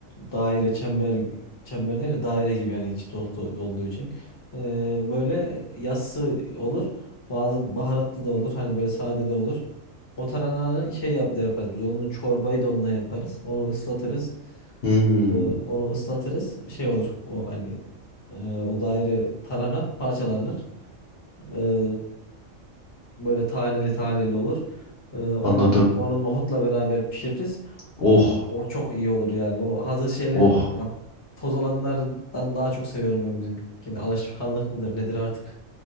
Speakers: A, on the left (about 25°); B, on the left (about 55°).
A: daire çember çember değil de daire gibi yani içi dolu dolu olduğu için E, böyle yassı olur bazı baharatlı da olur hani böyle sade de olur o tarananı şey yap da yaparız biz onu çorbayı da ondan yaparız onu ıslatırız
B: Hmm,
A: Ee, onu ıslatırız. Şey olur. O hani e, o daire tarhana parçalanır. Ee, böyle taneli taneli olur. Ee, ona
B: anladım.
A: bir- onu nohutla beraber pişiririz.
B: Oh
A: O çok iyi olur yani. O hazır şeyler
B: oh.
A: ya toz olanlardan daha çok seviyorum ben bizimkini. Alışkanlık mıdır nedir artık?